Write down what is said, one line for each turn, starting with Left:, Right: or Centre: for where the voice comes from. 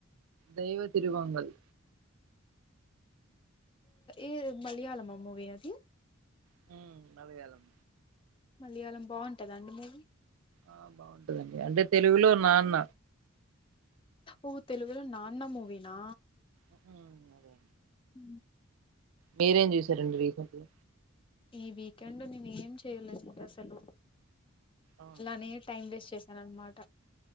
Right: దైవత్ తిరువంగల్
Left: ఏ మలయళమా మూవీ అది
Right: హు మలయాళం
Left: మలయాళం బాగుంటదండి మూవీ
Right: ఆ బాగుంటదండి అంటే తెలుగులో నాన్న
Left: ఊ తెలుగులో నాన్న మూవినా
Right: అదే
Left: హ
Right: మీేరేం చేశారండి రీసెంట్లీ
Left: ఈ వీకెండ్ నేను ఏం చెయలేదు అండి అసలు
Right: అవునా
Left: అలానే టైమ్ వేస్ట్ చేశానన్నమాట